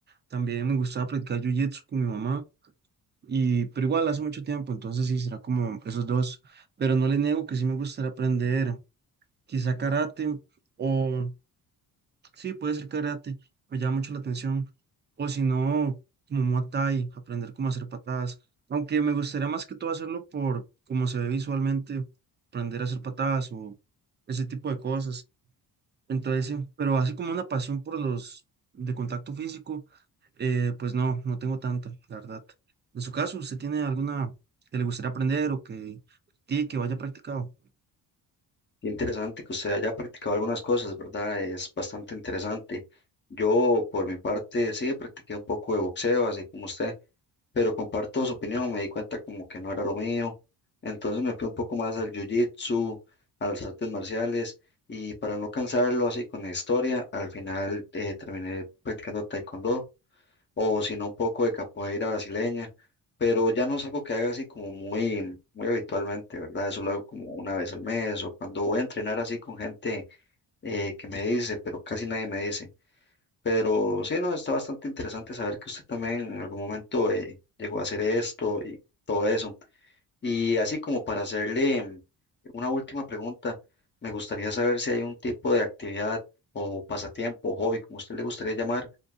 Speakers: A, on the right (about 30°); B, on the left (about 30°).
A: También me gustaba practicar jiu-jitsu con mi mamá, y, pero igual hace mucho tiempo, entonces sí, será como esos dos. Pero no le niego que sí me gustaría aprender quizá karate, o sí, puede ser karate, me llama mucho la atención. O si no, como Muay Thai, aprender cómo hacer patadas. Aunque me gustaría más que todo hacerlo por cómo se ve visualmente, aprender a hacer patadas o ese tipo de cosas. Entonces sí, pero así como una pasión por los de contacto físico, eh, pues no, no tengo tanta, la verdad. En su caso, ¿usted tiene alguna que le gustaría aprender o que practique, que vaya practicado?
B: Qué interesante que usted haya practicado algunas cosas, ¿verdad? Es bastante interesante. Yo, por mi parte, sí, practiqué un poco de boxeo, así como usted, pero comparto su opinión, me di cuenta como que no era lo mío. Entonces me fui un poco más al jiu-jitsu, a las artes marciales, y para no cansarlo así con la historia, al final eh, terminé practicando taekwondo o si no un poco de capoeira brasileña, pero ya no es algo que haga así como muy, muy habitualmente, ¿verdad? Eso lo hago como una vez al mes o cuando voy a entrenar así con gente eh, que me dice, pero casi nadie me dice. Pero sí, no, está bastante interesante saber que usted también en algún momento eh, llegó a hacer esto y todo eso. Y así como para hacerle mm, una última pregunta, me gustaría saber si hay un tipo de actividad o pasatiempo, hobby, como usted le gustaría llamar